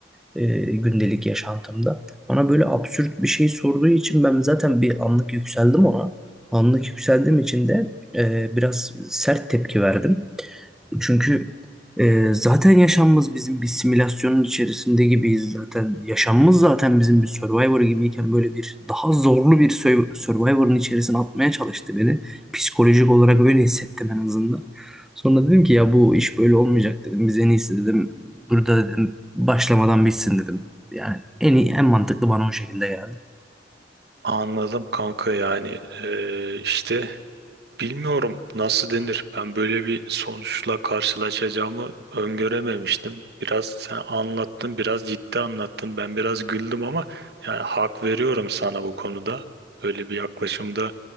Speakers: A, in the centre; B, on the right.
A: eee, gündelik yaşantımda. Bana böyle absürt bir şey sorduğu için ben zaten bir anlık yükseldim ona. Anlık yükseldiğim için de eee, biraz sert tepki verdim. Çünkü ee, zaten yaşamımız bizim bir simülasyonun içerisinde gibiyiz zaten. Yaşamımız zaten bizim bir Survivor gibiyken böyle bir daha zorlu bir Sur- Survivor'ın içerisine atmaya çalıştı beni. Psikolojik olarak öyle hissettim en azından. Sonra dedim ki ya bu iş böyle olmayacak dedim. Biz en iyisi dedim. Burada dedim başlamadan bitsin dedim. Yani en iyi, en mantıklı bana o şekilde geldi.
B: Anladım kanka yani e, işte Bilmiyorum nasıl denir. Ben böyle bir sonuçla karşılaşacağımı öngörememiştim. Biraz sen anlattın, biraz ciddi anlattın. Ben biraz güldüm ama yani hak veriyorum sana bu konuda. Böyle bir yaklaşımda